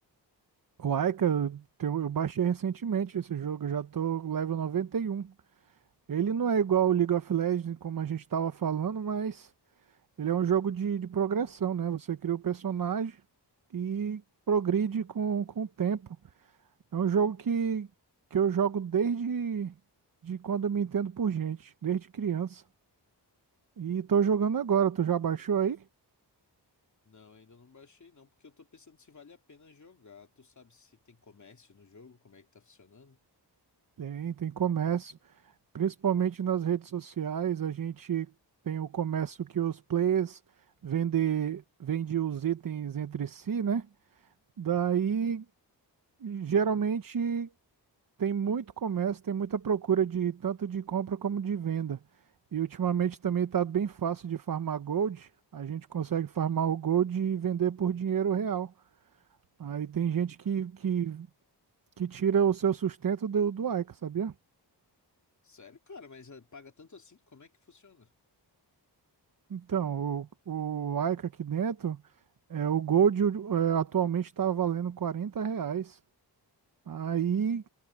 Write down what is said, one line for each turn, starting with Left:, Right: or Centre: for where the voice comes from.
Right: O Aika, eu tenho- eu baixei recentemente esse jogo, eu já tô level 91. Ele não é igual o League of Legends, como a gente estava falando, mas ele é um jogo de, de progressão, né? Você cria o personagem e progride com, com o tempo. É um jogo que, que eu jogo desde de quando eu me entendo por gente, desde criança. E tô jogando agora, tu já baixou aí?
Left: Não, ainda não baixei não, porque eu tô pensando se vale a pena jogar. Tu sabe se tem comércio no jogo, como é que tá funcionando?
Right: Tem, tem comércio. Principalmente nas redes sociais, a gente tem o comércio que os players vendem vende os itens entre si, né? Daí, geralmente, tem muito comércio, tem muita procura de tanto de compra como de venda. E ultimamente também está bem fácil de farmar gold. A gente consegue farmar o gold e vender por dinheiro real. Aí tem gente que, que, que tira o seu sustento do, do Aika, sabia?
Left: Sério, cara, mas ah, paga tanto assim? Como é que funciona?
Right: Então, o, o Aika aqui dentro. É, o Gold é, atualmente está valendo 40 reais. Aí